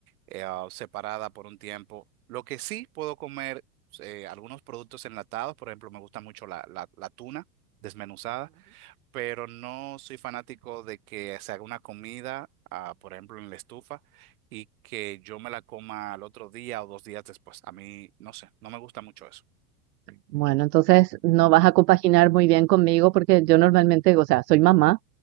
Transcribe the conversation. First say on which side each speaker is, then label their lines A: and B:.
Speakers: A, on the right; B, on the right.
A: eh, ah, separada por un tiempo. Lo que sí puedo comer eh, algunos productos enlatados, por ejemplo, me gusta mucho la, la, la tuna desmenuzada pero no soy fanático de que se haga una comida, ah, por ejemplo, en la estufa y que yo me la coma al otro día o dos días después. A mí, no sé, no me gusta mucho eso.
B: Bueno, entonces no vas a compaginar muy bien conmigo porque yo normalmente, o sea, soy mamá,